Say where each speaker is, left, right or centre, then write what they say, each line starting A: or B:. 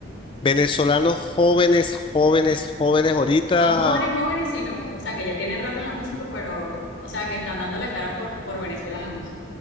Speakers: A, on the left (about 25°); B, on the left (about 90°).
A: Venezolanos jóvenes, jóvenes, jóvenes, ahorita,
B: No jóvenes, jóvenes, sino, que- o sea, que ya tienen rato en la música, pero, o sea, que están dando la cara por, por Venezuela en la música.